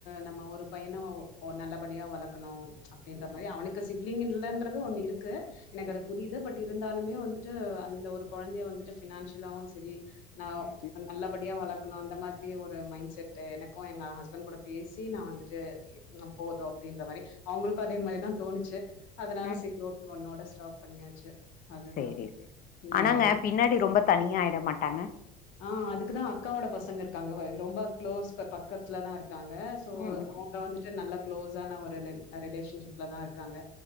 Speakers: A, on the left (about 70°); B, on the left (about 45°).
A: நம்ம ஒரு பையன நல்லபடியா வளக்கணு அப்டின்ற
B: ம்
A: மாரி
B: ம்
A: அவனுக்கு சிப்ளிங் இல்லன்றது ஒன்னு இருக்கு எனக்கு
B: ம்
A: அது புரியுது பட் இருந்தாலுமே வந்து ட்டு அந்த ஒரு கொழந்தய வந்துட்டு பினான்சியளாவு சரி ஆ
B: ம் ம்
A: நல்லா ப்டியா வளக்கணு அந்த மாரி ஒரு மைண்ட் செட் எனக்கு எங்க ஹஸ்பண்ட் கூட பேசி நா வந்துட்டு
B: ம்
A: போது அப்டின்ற மாரி அவுங்களுக்கு அதே மாரிதா தோணுச்சு அதனால
B: ம்
A: ஓ ஒன்னோட ஸ்டாப் பண்ணியாச்சு அதுதா.
B: சேரி
A: ம்.
B: ஆனாங்க பின்னாடி ரொம்ப தனியாயிட மாட்டாங்க
A: ஆ அதுக்குதா அக்காவோட பசங்க இருக்காங்க ரொம்ப க்ளோஸ் பக்கத்துலதா இருக்காங்க சோ
B: ம் ம்
A: அவுங்க
B: ம்
A: வந்துட்டு நல்ல கு்ளோஸ் ஆன ஒரு ரிலேஷன்ஷிப்ல தா இருக்காங்க